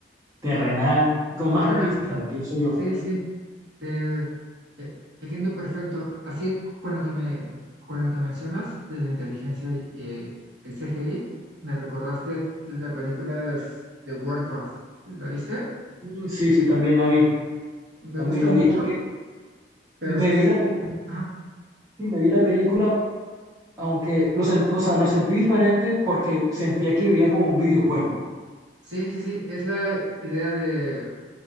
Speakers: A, on the right; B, on the right.
A: terrenal,
B: O-
A: como más
B: orgánico.
A: realista, pienso yo.
B: Sí, sí. Te, eh, entiendo perfecto. Así con lo que me, con lo que mencionas de la inteligencia y, eh, el CGI, me recordaste la película de, s- de Warcraft. ¿La viste?
A: Mm, Sí, sí, también la vi,
B: Me
A: también
B: gusta
A: la
B: mucho,
A: vi, aunque
B: pero
A: me
B: sí
A: vi
B: se siente,
A: la, pe- sí, me vi la película, aunque lo, sen- o sea, lo sentí diferente porque sentía que vivía como un videojuego.
B: Sí, sí, sí, es la idea de